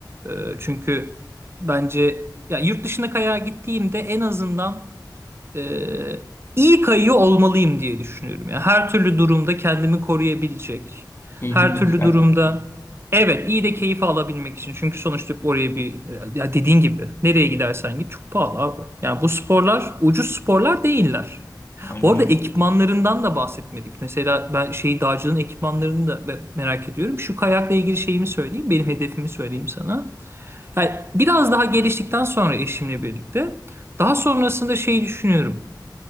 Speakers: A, on the right (about 35°); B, on the left (about 35°).
A: E, çünkü bence ya yurt dışına kayağa gittiğimde en azından Ee, iyi kayıyor olmalıyım diye düşünüyorum. Yani her türlü durumda kendimi koruyabilecek.
B: Keyfini
A: Her türlü
B: de çıkartmak
A: durumda
B: için.
A: evet iyi de keyif alabilmek için. Çünkü sonuçta oraya bir ya dediğin gibi nereye gidersen git çok pahalı abi. Yani bu sporlar ucuz sporlar değiller.
B: Aynen
A: Bu arada
B: öyle.
A: ekipmanlarından
B: Hı.
A: da bahsetmedik. Mesela ben şey dağcılığın ekipmanlarını da be- merak ediyorum. Şu kayakla ilgili şeyimi söyleyeyim. Benim hedefimi söyleyeyim sana. Yani biraz daha geliştikten sonra eşimle birlikte daha sonrasında şeyi düşünüyorum.